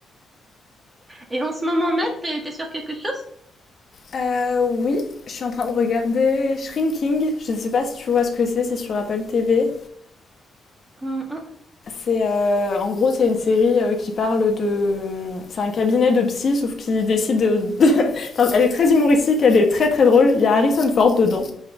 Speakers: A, on the right (about 25°); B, on the left (about 45°).
A: Et en ce moment même, t'es, t'es sur quelque chose?
B: Euh, oui, je suis en train de regarder Shrinking. Je ne sais pas si tu vois ce que c'est, c'est sur Apple TV.
A: Hum, hum.
B: C'est euh, en gros c'est une série euh, qui parle de c'est un cabinet de psy sauf qu'il décide de... <laughs> Enfin, elle est très humoristique, elle est très très drôle. Il y a Harrison Ford dedans.